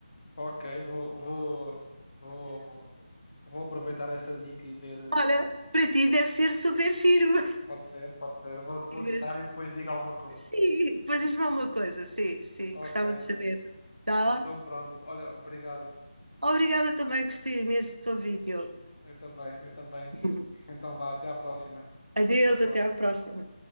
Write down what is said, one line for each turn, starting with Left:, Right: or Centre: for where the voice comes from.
Left: ok, vou, vou, vou, vou aproveitar essa dica e ver.
Right: Olha,
Left: eh,
Right: para ti deve ser super giro.
Left: Pode ser, pode ser. Vou, vou
Right: <laughs>
Left: testar e depois digo alguma coisa.
Right: Sim, pois diz-me alguma coisa, sim, sim,
Left: Ok,
Right: gostava de saber. Tá?
Left: então pronto. Olha, obrigado.
Right: Obrigada também, gostei imenso do teu vídeo.
Left: Eu também, eu também.
Right: <laughs>
Left: Então vá, até à próxima.
Right: Adeus, até
Left: Vá,
Right: à próxima.
Left: vá.